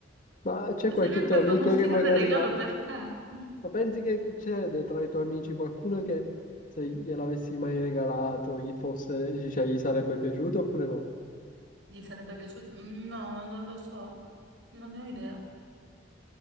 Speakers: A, on the left (about 45°); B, on the right (about 85°).
A: Ma c'è
B: Sarebbe
A: qualche tuo amico
B: un ulteriore
A: che magari
B: regalo
A: ha...
B: per te.
A: Ma pensi che c'è tra i tuoi amici qualcuno che se gliel'avessi mai regalato gli fosse, cioè, gli sarebbe piaciuto oppure no?
B: Gli sarebbe piaciuto? No, non lo so, non ne ho idea.